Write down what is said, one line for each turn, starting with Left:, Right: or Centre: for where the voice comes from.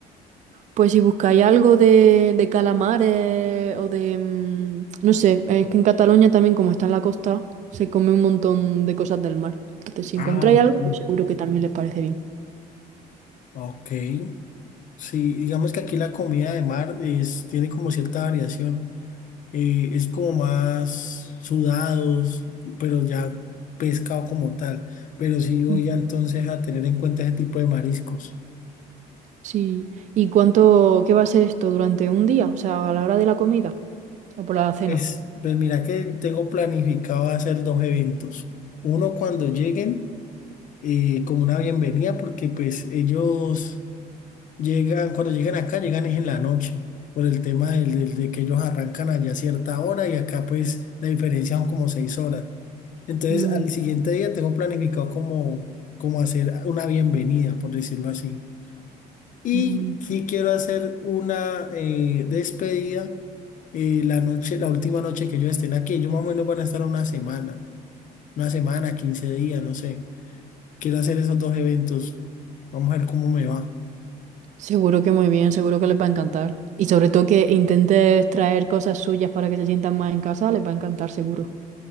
Right: Pues si buscáis algo de, de calamares o de... mm, No sé, es que en Cataluña también, como está en la costa, se come un montón de cosas del mar. Entonces, si
Left: Ah,
Right: encontráis
Left: ok.
Right: algo, pues seguro que también les parece bien.
Left: Ok. Sí, digamos que aquí la comida de mar es, tiene como cierta variación. eh, es como más sudados, pero ya pescado como tal. Pero sí voy
Right: Mm.
Left: a, entonces a tener en cuenta ese tipo de mariscos.
Right: Sí. ¿Y cuánto, qué va a ser esto durante un día? O sea, a la hora de la comida o por la cena.
Left: Es, pues mira que tengo planificado hacer dos eventos. Uno cuando lleguen, eh, como una bienvenida, porque pues ellos Llegan, cuando llegan acá, llegan es en la noche, por el tema del, del- de que ellos arrancan allá a cierta hora y acá pues la diferencia son como seis horas. Entonces
Right: Mm,
Left: al siguiente día tengo planificado como, como hacer una bienvenida, por decirlo así. Y
Right: mm.
Left: sí quiero hacer una eh, despedida eh, la noche, la última noche que ellos estén aquí. Ellos más o menos van a estar una semana, una semana, 15 días, no sé. Quiero hacer esos dos eventos. Vamos a ver cómo me va.
Right: Seguro que muy bien, seguro que les va a encantar. Y sobre todo que intentes traer cosas suyas para que se sientan más en casa, les va a encantar, seguro.